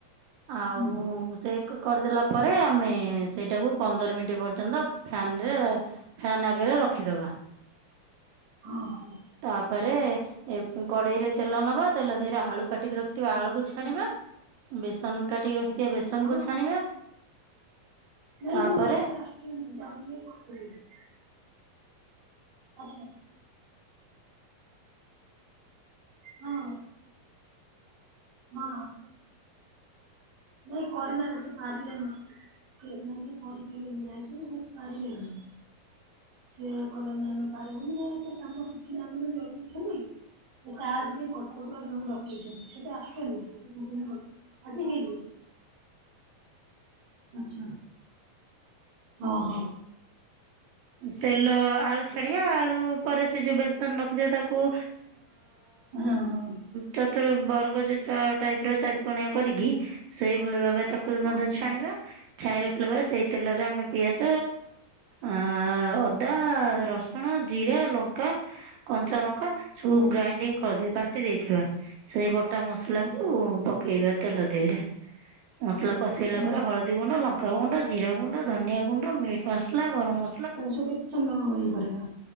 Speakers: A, on the right (about 80°); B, on the right (about 45°).
A: ଆଉ
B: ହୁଁ
A: ସେକ କ କରିଦେଲା ପରେ ରେ ଆମେ ସେଇଟାକୁ ପନ୍ଦର ମିଣ୍ଟି ପର୍ଯ୍ୟନ୍ତ ଫ୍ୟାନ୍ ରେ ଫ୍ୟନ୍ ଆଗରେ ରଖିଦବା।
B: ଅହୋ।
A: ତାପରେ ଏ କଡ଼େଇରେ ତେଲ ନବା ତେଲ ଧିଅରେ ଆଳୁ କାଟିକି ରଖିଥିବା ଆଳୁକୁ ଛେ
B: ଶୁଭିଲା?
A: ଆଣିବା ବେସନ କାଟିକି ରଖିଥିବା ବେସନକୁୁ
B: ହଁ
A: ଛାଣିବା।
B: ନାଇଁ
A: ତାପରେ
B: ନାଇଁ ଏଇତ ଆସୁଚନ୍ ଯାଉଚନ୍ତି ଏଇ <inaudible> ଅଜଏ ହଁ। ହଁ ନାଇଁ କରିନାଇଁ ସେ ପାରିଲେନି। ସେ ନାଇଁ ସେ କରିପାଇଲଜନି ଯାଇଥିଲେ ଯେ ସେ ପାରିଲେନି। ସିଏ କହିଲେ ନାଁ ଆମେ ପାରିବୁନି ଆଉ ଏତେ କାମ ଶିଖିନାହାନ୍ତି ଯେ ଜଗିଛନ୍ତି। ଏ ସାର୍ ସେଥିଆଇଁ କଟକରୁ ଆଉ ଜଣଙ୍କୁ ଡକେଇଚନ୍ତି ସେ ତ ଆସୁଚନ୍ତି ଝଲି କରିଏ କ ଆଜି ହେଇଯିବ। ଆଚ୍ଛା ଅହ।
A: ତେଲ ଆଳୁ ଛାଡି଼ଆ ଆଳୁ ପରେ ସେ ଯୋଉ ବେସନ ରଖିଥିଆ ତାକୁ
B: ହଁ ହଉ।
A: ଚତୁର୍ ବର୍ଗ ଚିତ୍ର ଟାଇପ୍ ର ଚାରି କୋଣିଆ କରିକି ସେଇଭଳି ଭାବେ ତା ପୋଇ ମଧ୍ୟ
B: ଆଚ୍ଛା
A: ଛାଣିବା ଛାଣି ରଖିଲା ପରେ ସେଇ ତେଲରେ ଆମେ ପିଆଜ ଅଁ ଅଦା ରସୁଣ ଜିରା ଲଙ୍କା କଞ୍ଚାନଙ୍କ୍ ପା ସବୁ
B: ହୁଁ
A: ଗ୍ରାଇଣ୍ଡିଙ୍ଗ୍ କରିଦେଇ ବାଟି ଦେଇଥିବା ସେଇ ବଟା ମସଲାକୁ
B: ଆଚ୍ଛା
A: ପ କେଇବା ତେଲ ଧିଅରେ ମସଲା କଷେଇଲା
B: ହୁଁ।
A: ପରେ ହଳଦୀ ଗୁଣ୍ଡ ଲଙ୍କା ଗୁଣ୍ଡ ଜିରା ଗୁଣ୍ଡ ଧନିଆ ଗୁଣ୍ଡ ମିଟ୍ ମସଲା ଗରମ ମ
B: ତାକୁ ସ କେତେ ସମ ଇଏ କରିବା?